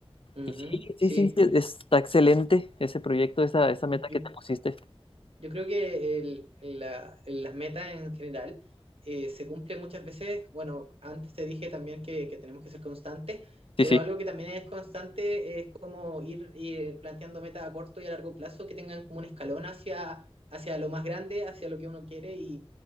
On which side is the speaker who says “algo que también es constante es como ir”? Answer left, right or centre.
Right